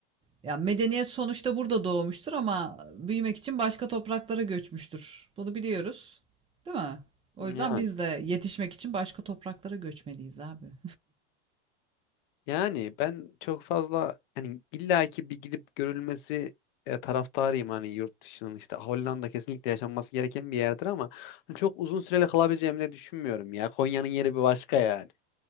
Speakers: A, on the right; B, on the left.
A: ya medeniyet sonuçta burada doğmuştur ama büyümek için başka topraklara göçmüştür. Bunu biliyoruz, değil mi? O
B: Yani.
A: yüzden biz de yetişmek için başka topraklara göçmeliyiz abi.
B: Yani ben çok fazla hani illaki bir gidip görülmesi e, taraftarıyım hani yurt dışının işte Hollanda kesinlikle yaşanması gereken bir yerdir ama hani çok uzun süreli kalabileceğimi de düşünmüyorum ya. Konya'nın yeri bir başka yani.